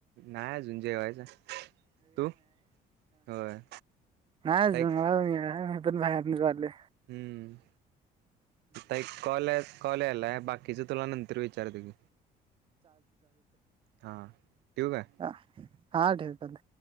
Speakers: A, on the right; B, on the right.
A: नाही अजून जेवायच तू होय
B: अन
A: लाईक
B: ऎंटिलेजेबल
A: हम्म आता एक कॉल आहे कॉल यालाय बाकीच तुला नंतर विचार ती हा ठेवू काय?
B: ह हा ठेवतील